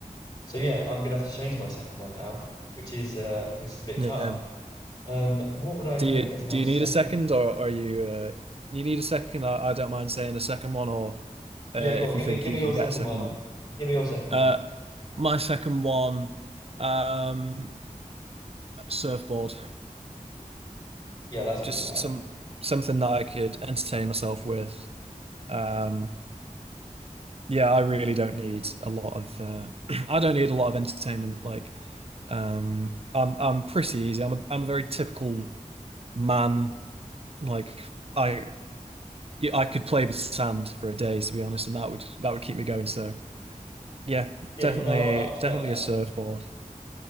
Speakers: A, on the left; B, on the right.
A: so yeah, I'm gonna have to change my second one now, which is uh, which is a bit
B: Yeah,
A: tough. Um, what would I
B: Do
A: take
B: you do
A: as my
B: you
A: second?
B: need a second, or are you uh, you need a second? I, I don't mind saying a second one, or uh,
A: Yeah, go
B: if
A: on. Give
B: you think
A: me, give
B: you
A: me your
B: can get
A: second
B: a second
A: one.
B: one.
A: Give me your second
B: Uh,
A: one.
B: my second one, um, surfboard.
A: Yeah, that's a good
B: Just
A: shout.
B: some something that I could entertain myself with. Um, yeah, I really don't need a lot of. Uh, <clears throat> I don't need a lot of entertainment. Like, um, I'm I'm pretty easy. I'm a, I'm a very typical man. Like, I yeah, I could play with sand for a day, to be honest, and that would that would keep me going. So yeah,
A: Yeah,
B: definitely,
A: no, I, I respect
B: definitely
A: that.
B: a surfboard.